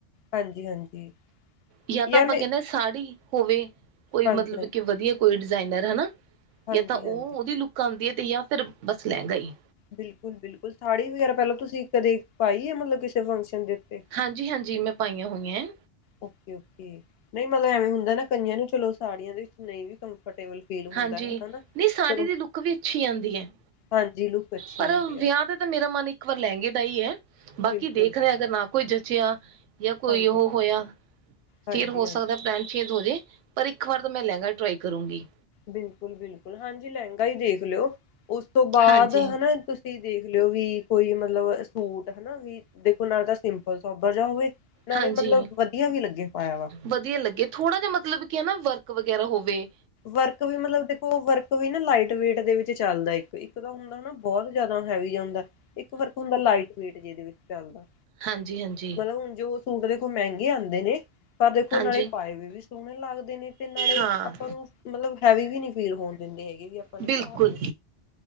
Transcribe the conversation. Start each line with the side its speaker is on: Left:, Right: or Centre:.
Left: ਹਾਂਜੀ-ਹਾਂਜੀ
Right: ਯਾਂ ਤਾਂ
Left: ਯਾਰ
Right: ਆਪਾਂ
Left: ਮੈਂ
Right: ਕਹਿੰਣੇ ਸਾੜੀ ਹੋਵੇ ਕੋਈ
Left: ਹਾਂਜੀ-ਹਾਂਜੀ,
Right: ਮਤਲਬ ਕਿ ਵਧੀਆ ਕੋਈ ਡਿਜ਼ਾਇਨਰ ਹਨਾ।
Left: ਹਾਂਜੀ-ਹਾਂਜੀ।
Right: ਯਾਂ ਤਾਂ ਉਹ ਉਹਦੀ ਲੁੱਕ ਆਂਦੀ ਹੈ ਤੇ ਯਾ ਫਿਰ ਬਸ ਲੈਂਹਿਗਾ ਹੀ
Left: ਬਿਲਕੁਲ-ਬਿਲਕੁਲ ਸਾੜੀ ਵਗੈਰਾ ਪਹਿਲਾਂ ਤੁਸੀਂ ਕਦੇ ਪਾਈ ਆ ਮਤਲਬ ਕਿਸੇ ਫੰਕਸ਼ਨ ਦੇ ਉਤੇ
Right: ਹਾਂਜੀ-ਹਾਂਜੀ ਮੈਂ ਪਾਈਆਂ ਹੋਈਆਂ ਹੈ।
Left: ਓਕੇ-ਓਕੇ ਨਹੀਂ ਮਤਲਬ ਐਵੇਂ ਹੁੰਦਾ ਨਾ ਕਈਆਂ ਨੂੰ ਚਲੋ ਸਾੜੀਆਂ ਦੇ ਵਿੱਚ ਨਹੀਂ ਵੀ ਕੰਫਰਟੇਬਲ ਫੀਲ ਹੁੰਦਾ
Right: ਹਾਂਜੀ
Left: ਹੈਗਾ ਨਾ
Right: ਨਹੀਂ ਸਾੜੀ
Left: ਚਲੋ
Right: ਦੀ ਲੁੱਕ ਵੀ ਅੱਛੀ ਆਂਦੀ ਹੈ
Left: ਹਾਂਜੀ ਲੁੱਕ ਅੱਛੀ
Right: ਪਰ
Left: ਆਂਦੀ ਆ
Right: ਵਿਆਹ ਦੇ ਮੇਰਾ ਮਨ ਇੱਕ ਵਾਰ ਲਹਿੰਗੇ ਦਾ ਹੀ ਹੈ ਬਾਕੀ
Left: ਬਿਲਕੁਲ
Right: ਦੇਖਦੇ ਅਗਰ ਨਾ ਕੋਈ ਜਚਿਆ ਯਾ ਕੋਈ
Left: ਹਾਂਜੀ
Right: ਉਹ ਹੋਇਆ
Left: ਹਾਂਜੀ
Right: ਫਿਰ ਹੋ
Left: ਹਾਂਜੀ
Right: ਸਕਦਾ ਪੈਂ ਚੇਂਜ ਪਰ ਇੱਕ ਵਾਰ ਤਾਂ ਮੈਂ ਲਹਿੰਗਾ ਟਰਾਈ ਕਰੂੰਗੀ।
Left: ਬਿਲਕੁਲ-ਬਿਲਕੁਲ ਹਾਂਜੀ ਲਹਿੰਗਾ ਹੀ ਦੇਖ ਲਓ ਉਸ ਤੋਂ ਬਾਅਦ
Right: ਹਾਂਜੀ।
Left: ਹਨਾ ਤੁਸੀਂ ਤੁਸੀਂ ਦੇਖ ਲਿਓ ਵੀ ਕੋਈ ਮਤਲਬ ਸੂਟ ਹਨਾ ਵੀ ਦੇਖੋ ਨਾ ਤਾਂ ਸਿੰਪਲ ਸੋਬਰ ਜਿਹਾ ਹੋਵੇ। ਨਾਲੇ
Right: ਹਾਂਜੀ,
Left: ਮਤਲਬ ਵਧੀਆ ਵੀ ਲੱਗੇ ਪਾਇਆ ਵਾ।
Right: ਵਧੀਆ ਲੱਗੇ ਥੋੜਾ ਜ ਮਤਲਬ ਕਿ ਨਾ ਵਰਕ ਵਗੈਰਾ ਹੋਵੇ।
Left: ਵਰਕ ਵੀ ਮਤਲਬ ਦੇ ਉਹ ਵਰਕ ਵੀ ਨਾ ਲਾਈਟ ਵੇਟ ਦੇ ਵਿੱਚ ਚੱਲਦਾ ਇੱਕ ਤਾਂ ਹੁੰਦਾ ਹਨਾ ਬਹੁਤ ਜ਼ਿਆਦਾ ਹੈਵੀ ਜਾਂਦਾ। ਇੱਕ ਵਰਕ ਹੁੰਦਾ ਲਾਈਟ ਵੇਟ ਜਿਦੇ ਵਿੱਚ ਚੱਲਦਾ।
Right: ਹਾਂਜੀ-ਹਾਂਜੀ
Left: ਮਤਲਬ ਹੁਣ ਜੋ ਸੂਟ ਦੇਖੋ ਮਹਿੰਗੇ ਹੁੰਦੇ ਨੇ। ਆਪਾਂ ਦੇਖੋ
Right: ਹਾਂਜੀ
Left: ਨਾਲੇ ਪਾਏ ਵੇ ਵੀ ਸੋਹਣੇ ਲੱਗਦੇ ਨੇ ਤੇ ਨਾਲੇ
Right: ਹਾਂ
Left: ਆਪਾਂ ਨੂੰ ਮਤਲਬ ਹੈਵੀ ਵੀ ਨਹੀ ਫੀਲ ਹੋਣ ਦਿੰਦੇ ਹੈਗੇ ਵੀ ਨੇ
Right: ਬਿਲਕੁਲ
Left: ਪਾ ਲਏ